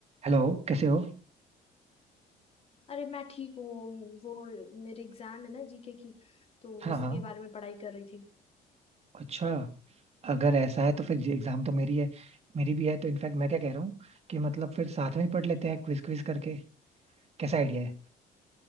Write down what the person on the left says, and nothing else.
अरे मैं ठीक हूँ वो मेरे एग्जाम है ना जीके की तो
उसी
के बारे में पढ़ाई कर रही थी